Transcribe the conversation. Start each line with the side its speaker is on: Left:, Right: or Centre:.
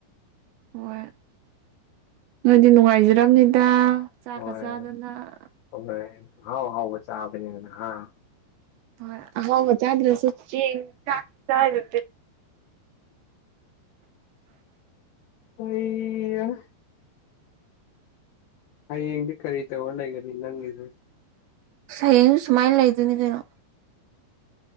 Right: ꯍꯣꯏ ꯅꯣꯏꯗꯤ ꯅꯨꯡꯉꯥꯏꯖꯔꯝꯅꯤꯗ ꯆꯥꯛꯀ
Left: ꯍꯣꯏ
Right: ꯆꯥꯗꯅ
Left: ꯍꯣꯏꯣꯏ ꯍꯥꯎ ꯍꯥꯎꯕ ꯆꯥꯕꯅꯤꯅ ꯅꯍꯥ
Right: ꯍ ꯍ ꯆꯗ꯭ꯔꯁꯨꯆ ꯆ ꯆꯔꯦ
Left: ꯑꯩꯏ ꯑꯩ ꯌꯦꯡꯗꯤ ꯀꯔꯤꯇꯦ ꯑꯣꯂ ꯂꯩꯒꯅꯤ ꯅꯪꯗ
Right: ꯁꯌꯦꯡ ꯁꯨꯃꯥꯏꯅ ꯂꯩꯗꯣꯏꯅꯤ ꯀꯩꯅꯣ